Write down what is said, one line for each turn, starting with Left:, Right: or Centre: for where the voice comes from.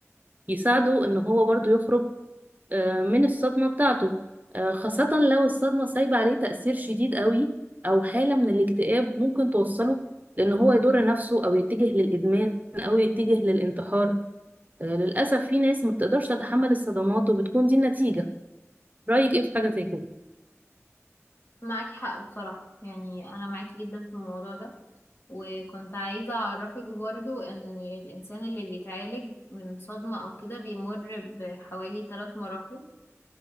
Right: يساعده إن هو برضو يخرج آه، من الصدمة بتاعته آه، خاصة لو الصدمة سايبة عليه تأثير شديد قوي أو حالة من الاكتئاب ممكن توصله لأن هو يضر نفسه أو يتجه للإدمان أو يتجه للانتحار آه، للأسف في ناس ما بتقدرش تتحمل الصدمات وبتكون دي النتيجة رأيك إيه في حاجة زي كده؟
Left: معاكي حق بصراحة يعني أنا معاكي جدا في الموضوع ده وكنت عايزة أعرفك برضو إن الإنسان اللي بيتعالج من صدمة أو كده بيمر بحوالي ثلاث مراحل